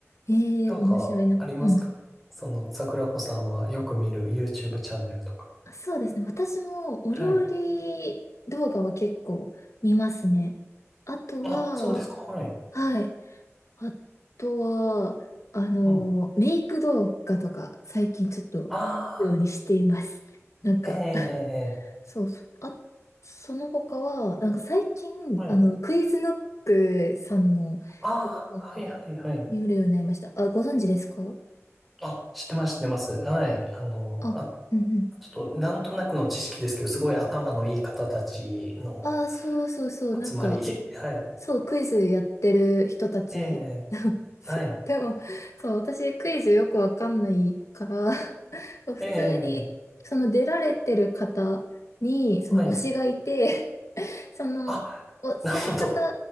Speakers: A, on the left (about 75°); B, in the centre.
A: えー、
B: なんか、
A: 面白いな。
B: ありますかその、
A: うん。
B: 桜子さんはよく見る YouTube チャンネルとか。
A: そうですね。私もお料理動画は結構見ますね。
B: はい。
A: あとは、
B: あ、そうですか。はい。
A: はい。あとは、あの、
B: うん。あ
A: メイク動画とか最近ちょっと見るようにしています。
B: あ、
A: <laughs> なんか、
B: ええええええ
A: <laughs> そうそう。あ、その他は、なんか最近、
B: はい。
A: あの、クイズノックさんの動画を
B: ああ、はいはいはい。
A: 見るようになりました。あ、ご存知ですか
B: あ、知ってます、知ってます。はい。あの、
A: あ、
B: あ、
A: うんうん。
B: ちょっと、なんとなくの知識ですけど、すごい頭のいい方たちの
A: ああ、そうそうそう。なんか、
B: 集まり。<laughs> はい。
A: そう、クイズやってる人たち
B: ええ
A: そう。
B: はい。
A: <laughs> でも、そう、私クイズよくわかんないから <laughs> そう、普通に、
B: ええ
A: その出られてる方に、その推しがいて、
B: はい。
A: <laughs> その、
B: あ、
A: お、その方
B: なるほど。